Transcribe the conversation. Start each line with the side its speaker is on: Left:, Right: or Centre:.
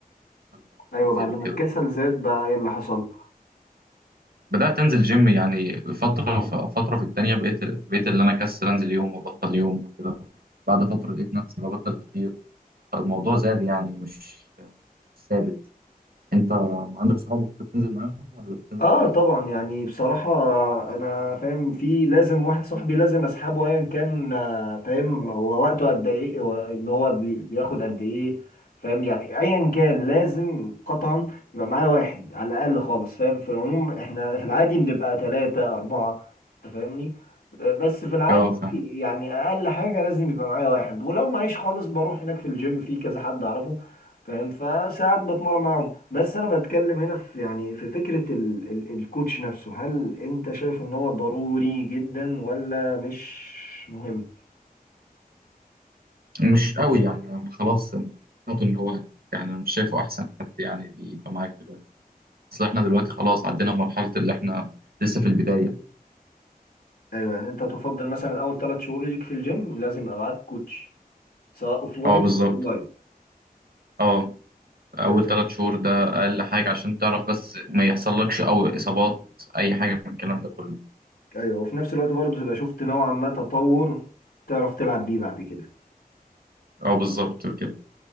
Right: أنا
Left: ايوه
Right: أنزل
Left: بعد ما
Right: وكده
Left: الكسل زاد بقى ايه اللي حصل
Right: بدأت أنزل جيم يعني فترة فترة في التانية بقيت بقيت اللي أنا كسل أنزل يوم وأبطل يوم كده بعد فترة لقيت نفسي ببطل كتير فالموضوع زاد يعني مش مش ثابت أنت عندك صحابك بتنزل معاهم ولا بتنزل
Left: اه
Right: لوحدك؟
Left: طبعا يعني بصراحة انا فاهم في لازم واحد صاحبي لازم اسحبه ايا كان آه، فاهم هو وقته قد ايه هو اللي هو بي- بياخد قد ايه فاهم يعني ايا كان لازم قطعا يبقى معايا واحد على الاقل خالص فاهم في العموم احنا في العادي بنبقى ثلاثة اربعة انت فاهمني آه، بس في العادي
Right: أه فاهم
Left: يعني اقل حاجة لازم يبقى معايا واحد ولو معيش خالص بروح هناك في الجيم في كذا حد اعرفه فاهم فساعات بتمرن معاهم بس انا بتكلم هنا في يعني في فكرة ال ال الكوتش نفسه هل انت شايف ان هو ضروري جدا ولا مش مهم
Right: مش قوي يعني أنا خلاص يعني حاطط إن هو يعني مش شايفه أحسن حد يعني يبقى معاك دلوقتي أصل إحنا دلوقتي خلاص عدينا مرحلة اللي إحنا لسه في البداية
Left: ايوه يعني انت تفضل مثلا اول ثلاث شهور ليك في الجيم لازم يبقى معاك كوتش سواء اوفلاين
Right: اه بالظبط
Left: او اونلاين
Right: اه اول
Left: تمام.
Right: ثلاث شهور ده اقل حاجه عشان تعرف بس ما يحصلكش او اصابات اي حاجه من الكلام ده كله
Left: ايوه وفي نفس الوقت برضه تبقى شفت نوعا ما تطور تعرف تلعب بيه بعد كده
Right: اه بالظبط كده